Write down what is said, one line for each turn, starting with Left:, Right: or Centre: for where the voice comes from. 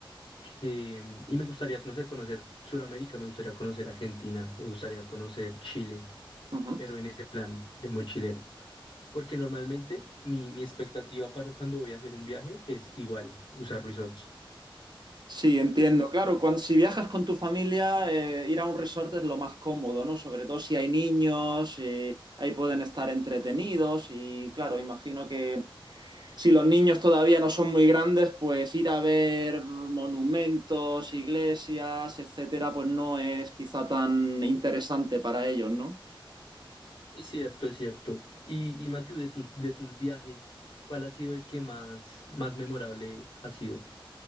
Left: que- y me gustaría, no sé, conocer Sudamérica, me gustaría conocer Argentina, me gustaría conocer Chile,
Right: Ujú.
Left: pero en ese plan de mochilero. Porque normalmente mi, mi expectativa para cuando voy a hacer un viaje es igual, usar resorts.
Right: Sí, entiendo. Claro, cuando, si viajas con tu familia, eh, ir a un resort es lo más cómodo, ¿no? Sobre todo si hay niños, eh, ahí pueden estar entretenidos y claro, imagino que si los niños todavía no son muy grandes, pues ir a ver monumentos, iglesias, etcétera, pues no es quizá tan interesante para ellos, ¿no?
Left: Es cierto, es cierto. Y, y Matthew, de tus, de tus viajes, ¿cuál ha sido el que más, más memorable ha sido?